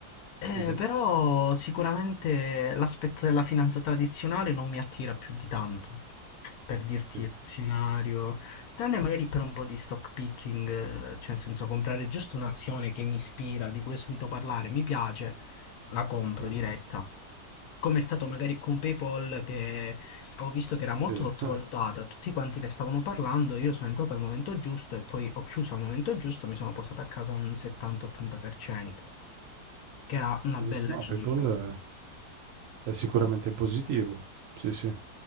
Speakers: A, on the left (about 70°); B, on the right (about 65°).
A: Eh,
B: mhm,
A: però sicuramente l'aspetto della finanza tradizionale non mi attira più di tanto. Per dirti
B: sì,
A: il azionario, tranne magari per un po' di stock picking, eh, cioè nel senso comprare giusto un'azione che mi ispira, di cui ho sentito parlare, mi piace, la compro
B: mm,
A: diretta. Come è stato magari con PayPal che ho visto che era
B: sì,
A: molto sottovalutata,
B: <laughs>
A: tutti quanti ne stavano parlando, io sono entrato al momento giusto e poi ho chiuso al momento giusto, mi sono portato a casa un 70-80%, che era una
B: giusto.
A: bella
B: No,
A: cifra.
B: PayPal è è sicuramente positivo, sì, sì.